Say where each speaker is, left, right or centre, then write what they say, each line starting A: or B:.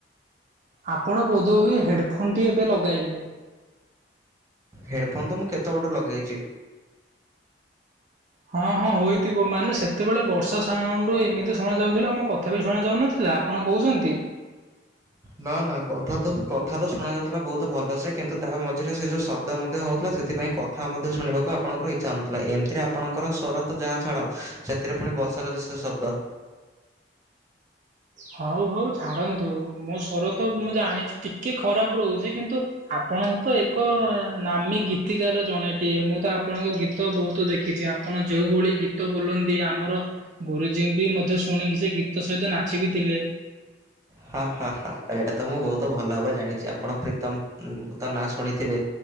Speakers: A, on the right; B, on the right.
A: ଆପଣ ବୋଧ ହୁଏ ହେଡ଼ଫୋନ ଟି ଏବେ ଲଗାଇଲେ?
B: ହେଡଫୋନ୍ ତ ମୁଁ କେତେ ବେଳଠୁ ଲଗେଇଚି।
A: ହଁ ହଁ ହୋଇଥିବ ମାନେ ସେତେବେଳେ ବର୍ଷା ସାଉଣ୍ଡ ଏମିତି ଶୁଣା ଯାଉଥିଲା ମୋ କଥା ବି ଶୁଣା ଯାଉନଥିଲା? ଆପଣ କହୁଛନ୍ତି?
B: ନା ନା କଥା ତ କଥା ତ ଶୁଣା ଯାଉଥିଲା ବହୁତ ଭଲ ସେ କିନ୍ତୁ ତା ମଝିରେ ସେ ଯୋଉ ଶବ୍ଦ ମଧ୍ୟ ହଉଥିଲା ସେ ସେଥିପାଇଁ କଥା ମଧ୍ୟ ଶୁଣିବାକୁ ଆପଣଙ୍କର ଇଚ୍ଛା ହୋଉ ନଥିଲା ଏମିତିରେ ଆପଣଙ୍କର ସରତ ଯାହା ଛାଡସେ ଏଥିରେ ପୁଣି ବର୍ଷାର ଯେ ସେ ଶବ୍ଦ।
A: ହଉ ହଉ ଛାଡନ୍ତୁ ମୋ ଶ୍ୱର ତ ମୁଁ ଜାଣିଛି ଟିକେ ଖରାପ ରହୁଚି କିନ୍ତୁ ଆପଣ ତ ଏକ ନାମୀ ଗୀତିକାର ଜଣେଟିଏ ମୁଁ ତ ଆପଣଙ୍କ ଗୀ ଗୀତ ବହୁତ ଦେଖିଛି ଆପଣ ଯେଉଁଭଳି ଗୀତ ବୋଲନ୍ତି ଆମର ଗୁରୁଜୀଙ୍କି ବି ମଧ୍ୟ ଶୁଣିକି ସେ ଗୀତ ସହିତ ନାଚି ବିି ଥିଲେ।
B: ହାଁ ହାଁ ହାଁ ଏଇଟା ତ ମୁଁ ବହୁତ ଭଲ ଭାବରେ ଜାଣିଚି ଆପଣ ପ୍ରୀତମ ତ ନାଁ ଶୁଣିଥିବେ?